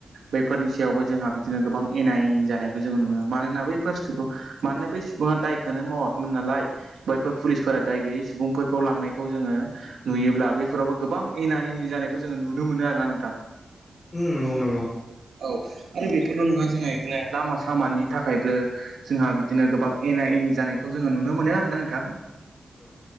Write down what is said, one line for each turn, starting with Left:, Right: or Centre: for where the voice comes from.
Right: बैफोरनि सायावबो जोंहा बिदिनो गोबां एना एनि जानायखौ जोङो नुनो मानोना बैफोर सुबुं मानोना बै सुबुङा दायखोनो मावाखैमोन नालाय बैफोर पुलिसफोरा दाय गैयै सुबुंफोरखौ लांनायखौ जोङो नुयोब्ला बै फोरावबो गोबां एना एनि जानायखौ जोङो नुनो मोनो आरोना नोंथां
Left: उम नंगौ नंगौ
Right: औ <unintelligible> बेल' नोङा जोङो इदिनो लामा सामानि थाखायबो जोंहा बिदिनो गोबां एना एनि जानायखौ जोङो नुनो मोनो आरोना नोंथां।
Left: औ